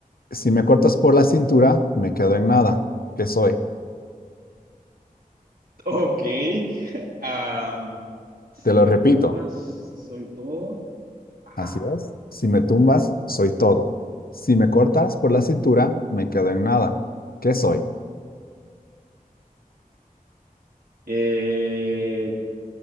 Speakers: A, on the left; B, on the right.
A: Si me cortas por la cintura, me quedo en nada. ¿Qué soy?
B: Ok. am, si
A: Te lo
B: me
A: repito.
B: tumbas, soy todo. Ajá.
A: Así es. Si me tumbas, soy todo. Si me cortas por la cintura, me quedo en nada. ¿Qué soy?
B: Eh,